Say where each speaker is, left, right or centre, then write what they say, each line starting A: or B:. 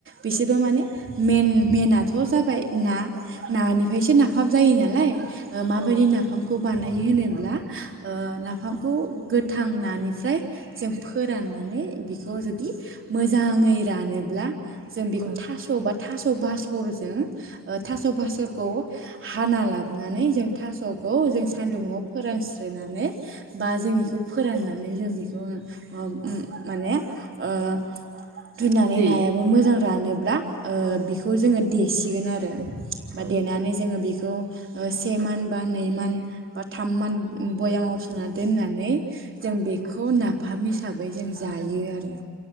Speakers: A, on the right (about 40°); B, on the right (about 65°).
A: बिसोरबो माने मेन मेनाथ' जाबाय ना। नानिफ्रायसो नाफाम जायो नालाय माबायदि
B: औ
A: नाफाम बानायो होनोब्ला नाफामखौ गोथां नानिफ्राय जों फोराननानै बेखौ जुदि मोजाङै रानोब्ला जों बेखौ
B: औ
A: थास' बा थास' बा बासरजों <unintelligible> थास' फास'रखौ हाना लाबनानै जों थास' खौ जों सान्दुुंआव फोरानस्रोनानै बा जों बेखौ फोराननो जों बिखौ ओ माने ओ दुनानै
B: देयो
A: नायाबो मोजां रानोब्ला ओ
B: औ
A: बिखौ जोङो देसि थिगोन आरो
B: औ
A: बा देनानै जोङो बेखौ से मान बा नैमान बा थाममान बयामावसोननानै दोननानै जों बेखौ नाफामि हिसाबै जों जायो आरो